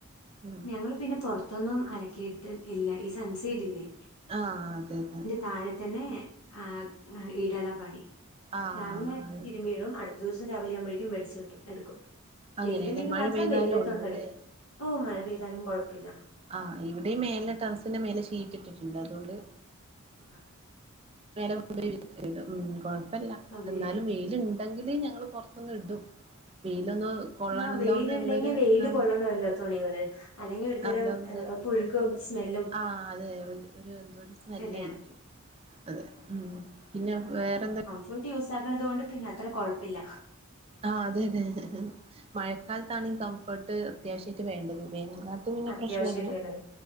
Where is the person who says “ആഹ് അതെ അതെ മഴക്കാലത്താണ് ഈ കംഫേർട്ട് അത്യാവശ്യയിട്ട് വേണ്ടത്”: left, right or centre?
Right